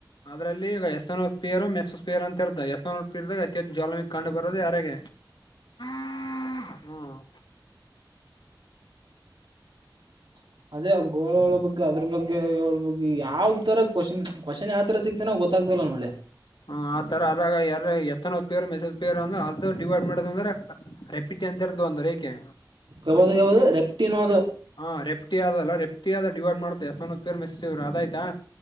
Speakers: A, on the left; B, on the right.
A: ಅದ್ರಲ್ಲಿ ಈಗ ಎಷ್ ಪೇರು ಮೆಸಸ್ ಪೇರು ಅಂತ ಇರ್ತ ಎಸ್ ಪೇರ್ದಾಗ ಅತಿ ಹೆಚ್ಚ ಜಲಮಿಗ್ ಕಂಡು ಬರೋದು ಯಾರಾಗ ಹ್ಮ <inaudible> <inaudible>
B: <unintelligible> ಅದೇ ಗೋಳಳ ಬಗ್ ಅದ್ರ ಬಗ್ಗೆಳ ಬಗ್ಗೆ ಯಾವ್ ತರ ಕ್ವಶ್ನ್ ಕ್ವಶನ್ ಯಾವ್ ತರ ತೆಗತನ ಗೊತ್ತ <unintelligible>
A: ಹ್ಮ ಆತರ ಅರಾಗ ಯಾರ ಎಷ್ಟತನ ಪೇರ್ ಮಸ ಪೇ ಅಂದ್ರ ಅದು ಡಿವಾರ್ಟ್ಮೆಟ್ ಅ ಅಂದ್ರೆ ರೆಪಿಟ ಅಂತರ್ತದ್ರ ಏಕೆ
B: ಯಾವ್ದ ಯಾವ್ದ ರೆಪ್ಟಿನೋದು
A: ಹಾ ರೆಪ್ಟಿ ಅದಲ್ಲ ರೆಪ್ಟಿ ಆದ ಡಿವೈಡ್ ಮಾಡ್ತೆ ಎಷ್ಟೇರ್ ಮೆಸ್ ಅಯ್ತಾ.